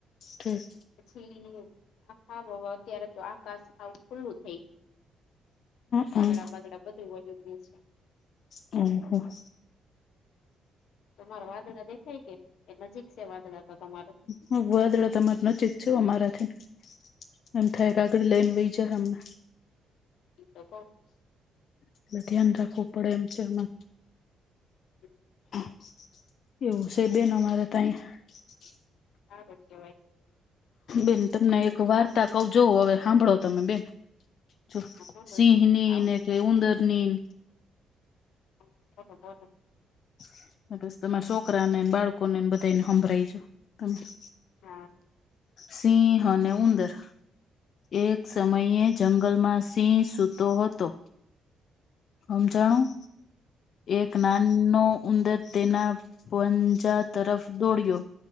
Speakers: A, on the left; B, on the left.
A: ઠીક.
B: પછી <unintelligible> હારુ હવે અત્યારે તો આકાશ હાવ ખુલ્લુ થઈ વાદળા
A: હમ
B: બાદળાં બધું વયું ગિયું છે.
A: હમ્મ-હમ્મ.
B: તમારે વાદળા દેખાય કે? એ નજીક છે વાદળા તો તમારો?
A: હુ વાદળા તો અમારે નજીક છે હો અમારાથીન. એમ થાઈએ
B: હમ
A: કે આગળ લઈન વહી જાહે અમને.
B: ઈ તો કઉંસ.
A: એટલે ધ્યાન રાખવું પડે એમ છે એમાં.
B: <inaudible>
A: <inaudible> એવું સે બેન અમારે તો અહિયાં. <inaudible>
B: હારું કહેવાય.
A: બેન તમને એક
B: ન્યા
A: વાર્તા
B: સુધી
A: કઉં જોવ હવે. હાંભળો તમે બેન. જો
B: બોલો
A: સિંહની
B: જ આવડે
A: ને કે ઉંદરનીન.
B: <inaudible>
A: <unintelligible> તમારા છોકરા નેન બાળકોનેન બધાઈને હંભળાઈ જો તમે.
B: હા
A: સિંહ અને ઉંદર. એક સમયે
B: હા
A: જંગલમાં સિંહ સૂતો હતો. હમજાણું? એક નાન નો ઉંદર તેના પંજા તરફ દોડ્યો.